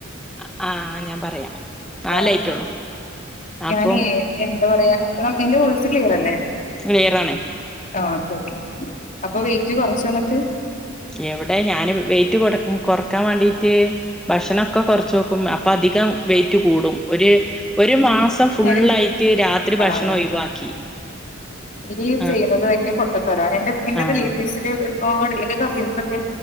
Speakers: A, in the centre; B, on the left (about 40°).
A: അ ആഹ ഞാൻ പറയാം നാലായിട്ടുള്ളൂ
B: ആ ഞാന്
A: അപ്പം
B: എന്താ പറയാ എന്റെ വൊഴ്‌സ് ക്ലിയർല്ലേ
A: വേറാണെ
B: ആ ഓക്കെ അപ്പൊ വെയിറ്റ് കൊറച്ച് വന്നിട്ട്
A: എവിടെ ഞാന് വെയിറ്റ് കൊറ കൊറക്കാൻ വേണ്ടീട്ട് ഭക്ഷണൊക്കെ കൊറച്ച് ക്കും അപ്പ അധികം വെയിറ്റ് കൂടും ഒരു ഒരു മാസം ഫുള്ളായിട്ട്
B: ഞാനൊരു
A: രാത്രി ഭക്ഷണം
B: ആഹ്
A: ഒഴിവാക്കി
B: ഇവ് ചെയ്യുന്നത്
A: ആഹ്
B: എങ്കി പൊട്ടത്തര എന്റെ എന്റെ
A: ആഹ്
B: റിലേറ്റീവ്സില് ഒരുപാട് എന്റെ കസിൻസ് ഒക്കെ